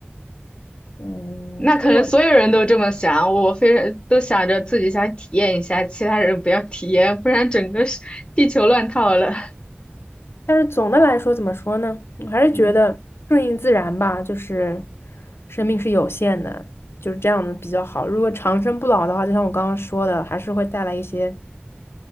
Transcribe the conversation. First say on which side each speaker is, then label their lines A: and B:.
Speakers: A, on the left; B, on the left.
A: 嗯，
B: 那可能所有人都这么想，
A: 所以我
B: 我非常都想着自己想体验一下，其他人不要体验，不然整个是地球乱套了。
A: 但是总的来说，怎么说呢？我还是觉得顺应自然吧，
B: <laughs> 嗯。
A: 就是生命是有限的，就是这样的比较好。如果长生不老的话，就像我刚刚说的，还是会带来一些